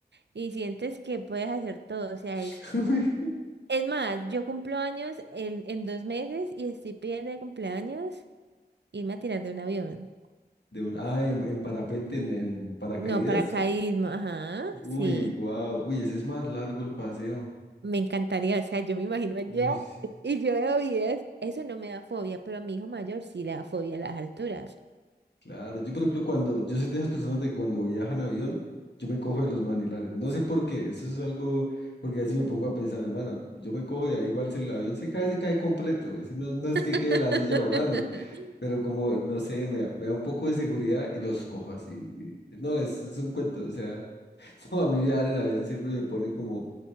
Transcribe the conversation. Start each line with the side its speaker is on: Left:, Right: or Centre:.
Right: y sientes que puedes hacer todo. O sea,
Left: <laughs>
Right: es...
Left: uy,
Right: Es más, yo cumplo años en, en dos meses y estoy pidiendo de cumpleaños irme a tirar de un avión.
Left: de un ah, en, en parapente, en, en paracaídas.
Right: No, paracaidismo, ajá,
Left: Uy,
Right: sí.
Left: wow. Uy, ese es más largo el paseo.
Right: Me encantaría, o sea, yo me imagino allá
Left: Uy,
Right: y yo veo videos. Eso no me da fobia, pero a mi hijo mayor sí le da fobia a las alturas.
Left: claro. Yo, por ejemplo, cuando yo soy de esas personas de que cuando viajan en avión, yo me cojo de los manilares. No sé por qué. Eso es algo porque a veces me pongo a pensar, hermano, yo me cojo y ahí igual si el avión se cae, se cae completo. Ese no, no es
Right: <laughs>
Left: que quede la silla volando. Pero como, no sé, me, da- me da un poco de seguridad y los cojo así. No, es, es un cuento, o sea, <laughs> no, a mí viajar en avión siempre me pone como un